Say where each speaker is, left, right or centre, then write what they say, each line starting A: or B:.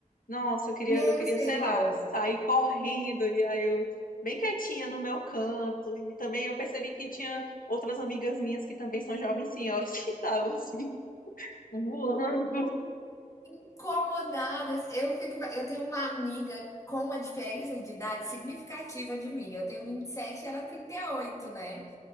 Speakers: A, on the left; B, on the left.
A: Nossa, eu queria,
B: Meu
A: eu queria,
B: senhor.
A: sei lá, sair correndo. E aí eu, bem quietinha no meu canto. E também eu percebi que tinha outras amigas minhas que também são jovens senhoras <laughs> que estavam assim, voando.
B: incomodadas. Eu fico, eu tenho uma amiga com uma diferença de idade significativa de mim. Eu tenho vinte e sete e ela trinta e oito né?